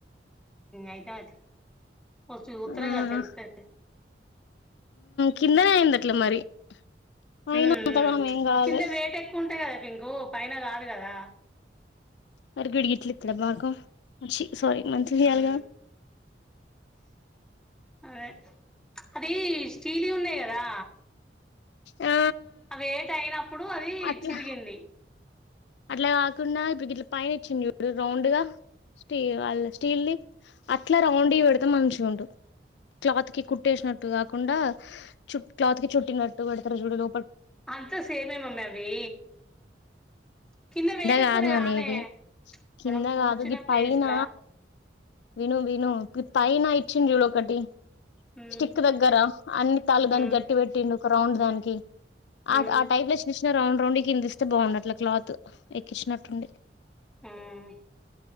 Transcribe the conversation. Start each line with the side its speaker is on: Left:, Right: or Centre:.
Centre: అయితే మాత్ర వ ఉత్తరేగా
Left: ఆ
Centre: త త
Left: కిందనే అయందిట్ల మరి పైన
Centre: ఉ
Left: అంతగానం ఏం కాలే
Centre: కింద వేట ఎక్కువ ఉంటాయి కదా పింకు పైన కాదు కదా
Left: మరిగడిగిట్లి తల మాగా మ సారీ మంచి చేయాలిగా
Centre: ఉమ్ అదే అది స్టీలి ఉన్నాయి రా
Left: ఆ
Centre: ఆ వేట్ అయినప్పుడు అది
Left: అట్లా
Centre: చిరిగింది
Left: అట్లా కాకుండా ఇప్పుడు గ ఇట్లా పైన ఇచ్చింది చూడు రౌండ్ గా స్టీ వాళ్ స్టీల్ ని అట్లా రౌండ్ పెడతే మంచి చూడు క్లాత్ కి కుట్టేసినట్టు కాకుండా చ క్లాత్ కి చుట్టినట్టు పెడతారు చూడలో
Centre: అంతా సేమే మమ్మ అవి కింద వేట
Left: కాదు
Centre: ఎక్కువలేదునే
Left: నేను అనేది కింద
Centre: మనం కూర్చున్న
Left: కాదు గి
Centre: ప్లేస్లా
Left: పైన విను విను తయి నా ఇచ్చిన రీడు ఒకటి
Centre: ఉమ్
Left: స్టిక్ దగ్గర అన్ని తళ దానికి
Centre: ఉమ్
Left: గట్టి పెట్టిండు కౌడ్ దనికినికి ఆ
Centre: ఉమ్
Left: ఆ టైప్లచ్చ రౌండ్ రౌండ్ కిందిస్తే బాగుండట్ల క్లాత్ ఎక్కించినట్టుండి
Centre: ఉమ్